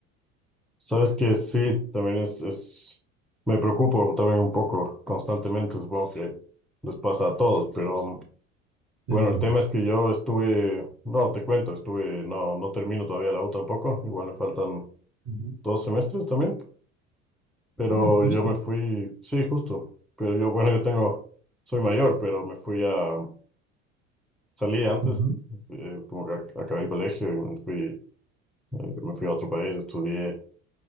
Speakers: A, in the centre; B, on the right.
A: Sabes que sí, también es, es, me preocupo también un poco constantemente, supongo que les pasa a todos, pero bueno,
B: Eh,
A: el tema es que yo estuve, no, te cuento, estuve, no, no termino todavía la U tampoco, igual me faltan
B: ujú.
A: dos semestres también, pero
B: Oh, justo.
A: yo me fui, sí, justo, pero yo, bueno, yo tengo, soy mayor, pero me fui a, salí antes,
B: Ujú.
A: eh, como que ac- acabé el colegio y me fui Eh, me fui a otro país, estudié